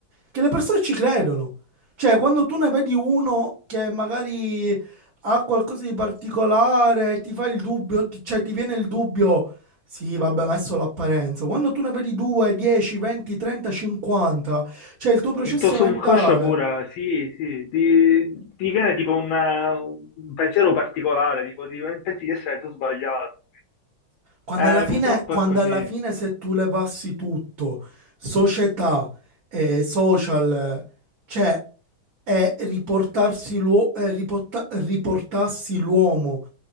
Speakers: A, on the right (about 50°); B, on the left (about 80°).
A: che le persone ci credono. Cioè, quando tu ne vedi uno che magari ha qualcosa di particolare, ti fa il dubbio, ti- cioè ti viene il dubbio, sì, vabbè, ma è solo l'apparenza. Quando tu ne vedi 2, 10, 20, 30, 50, c'è il tuo processo
B: Il tuo subconscio
A: mentale.
B: pure, sì, sì, ti, ti viene tipo un, un pensiero particolare, tipo ti- pensi di essere tu sbagliato.
A: Quando
B: Eh,
A: alla fine,
B: purtroppo
A: quando
B: è così.
A: alla fine se tu le passi tutto, società, eh, social, cioè è riportarsi l'uo- è riporta- riportarsi l'uomo